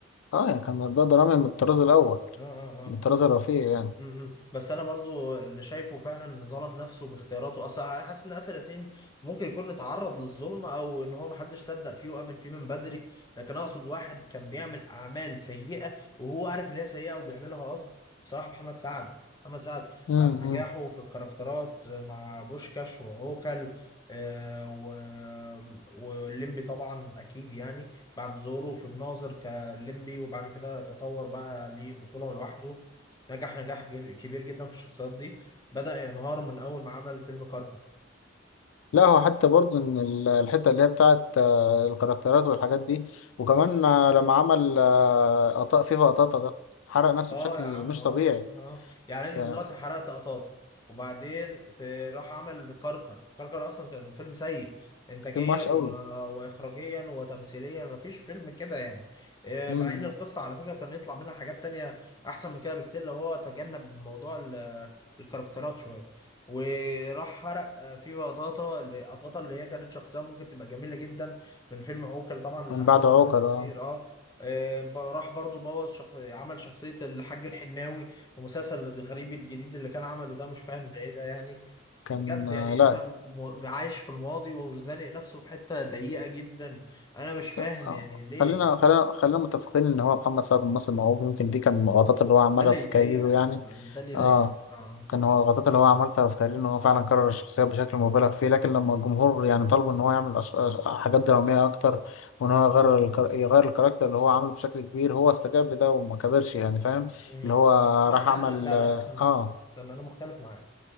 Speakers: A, on the left (about 85°); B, on the left (about 20°).
A: آه يعني كان ده درامي من الطراز الأول
B: اه اه
A: من
B: آه.
A: الطراز الرفيع
B: م- م. بس انا برضو اللي شايفه فعلا ظلم نفسه باختياراته اصلا حاسس ان اسر ياسين ممكن يكون اتعرض للظلم او ان هو محدش صدق فيه وامن فيه من بدري لكن اقصد واحد كان بيعمل اعمال سيئه وهو عارف ان هي سيئه وبيعملها قصد بصراحه محمد سعد محمد سعد
A: يعني
B: بعد نجاحه في الكاركترات مع بوشكاش وعوكل آه و... والليمبي طبعا اكيد يعني بعد ظهوره في الناظر كليمبي وبعد كده تطور بقى ليه بطوله لوحده نجح نجاح جب- كبير جدا في الشخصيات دي بدأ ينهار من أول ما عمل فيلم كركر
A: لا هو حتى برضو ان ال- الحته اللي هي بتاعت آه، الكاركترات والحاجات دي وكمان آه، لما عمل آه، قطا فيفا قطاطا ده حرق نفسه
B: اه
A: بشكل
B: يا عم
A: مش
B: اه
A: طبيعي
B: اه يعني انت
A: يعني
B: دلوقتي حرقت قطاطا وبعدين في راح عمل كركر كركر اصلا كان فيلم سيء انتاجيا
A: فيلم وحش
B: و...
A: قوي
B: واخراجيا وتمثيليا مفيش فيلم كده يعني آه،
A: مم.
B: مع ان القصه على فكره كان يطلع منها حاجات تانية احسن من كده بكتير لو هو تجنب موضوع ال... الكاركترات شويه وراح حرق آه، فيفا قطاطا اللي قطاطا اللي هي كانت شخصيه ممكن تبقى جميله جدا من فيلم عوكل طبعا اللي
A: من
B: علم
A: بعد عوكر
B: مع ناس كتير
A: آه.
B: اه آه، ب- راح برضو بوظ شخ... عمل شخصية الحاج الحناوي في المسلسل الغريب الجديد اللي كان عمله ده مش فاهم ده ايه ده يعني
A: كان
B: بجد
A: آه،
B: يعني
A: لا
B: انت م... م- عايش في الماضي وزانق نفسه في حتة ضيقة جدا انا مش فاهم
A: لا، آه،
B: يعني ليه
A: خلينا خلينا خلينا متفقين ان هو محمد سعد ممثل موهوب يمكن دي كان من الغلطات اللي هو عملها
B: ده اللي
A: في
B: يضايقك
A: كاريره يعني
B: ده اللي يضايقك
A: اه
B: اه
A: كان هو الغلطات اللي هو عملتها في كارير ان هو فعلا كرر الشخصيات بشكل مبالغ فيه لكن لما الجمهور يعني طلبوا ان هو يعمل أش... أش- حاجات درامية اكتر وان هو يغير الكر... يغير الكاركتر اللي هو عامله بشكل كبير هو استجاب لده وما كبرش يعني فاهم
B: مم.
A: اللي هو
B: ما
A: راح
B: لا
A: عمل
B: لا لا لا استنى استنى
A: اه
B: استنى انا مختلف معاك